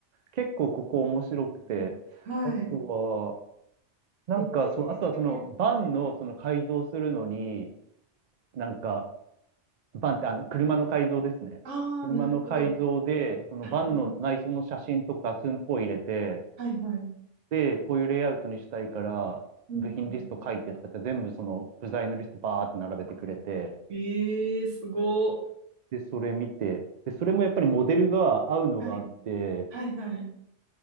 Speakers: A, on the right (about 65°); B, on the right (about 80°).
A: 結構ここ面白くて、
B: はい。
A: あとは、なんかそう、
B: え
A: あとはそのバンのその改造するのに、
B: え
A: なんか、バンってあの車の改造ですね。
B: ああ、
A: 車の改造で、
B: なるほど。は
A: そのバンの内装の写真とか寸法入れて、
B: いはいはい。
A: で、こういうレイアウトにしたいから、
B: うんうんう
A: 部品リスト書いてとか言って全部その部材のリストバーって並べてくれて、
B: ん、ええすご。
A: で、それ見て、で、それもやっぱりモデルが合うのがあって、
B: はいはいはい。